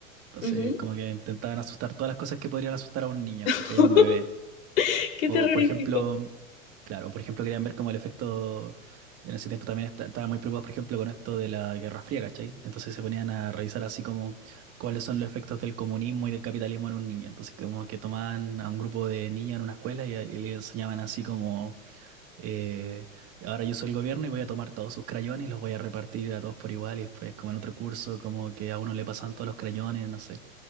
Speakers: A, on the right; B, on the left.
A: Entonces
B: ujú.
A: como que intentaban asustar todas las cosas que podrían asustar a un niño,
B: <laughs>
A: ¿cachai? A un bebé.
B: Qué
A: O
B: terrorífico.
A: por ejemplo, claro, por ejemplo querían ver como el efecto, en ese tiempo también esta- estaban muy preocupados, por ejemplo, con esto de la Guerra Fría, ¿cachai? Entonces se ponían a revisar así como cuáles son los efectos del comunismo y del capitalismo en un niño. Entonces como que tomaban a un grupo de niños en una escuela y, y le enseñaban así como, eh, ahora yo soy el gobierno y voy a tomar todos sus crayones y los voy a repartir a todos por igual y después como en otro curso, como que a uno le pasan todos los crayones, no sé.